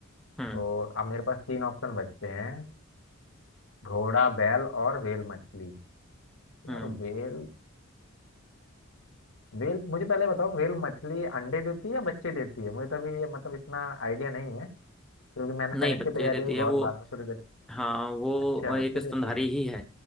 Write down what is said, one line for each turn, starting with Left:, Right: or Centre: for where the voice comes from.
Left: तो
Centre: हम्म
Left: अब मेरे पास तीन ऑप्शन बचते हैं घोड़ा बैल और व्हेल मछली यार
Centre: हम्म
Left: व्हेल व्हेल मुझे पहले बताओ व्हेल मछली अंडे देती है या बच्चे देती है मुझे तो अभी ये मतलब इतना आइडिया नहीं है क्योंकि मैंने
Centre: नहीं
Left: साइंस
Centre: बच्चे
Left: की तैयारी
Centre: देती
Left: अभी बहुत
Centre: है वो
Left: बाद में शुरू करी
Centre: हाँ वो
Left: अच्छा
Centre: एक
Left: बच्चे
Centre: स्तनधारी
Left: देती है
Centre: ही है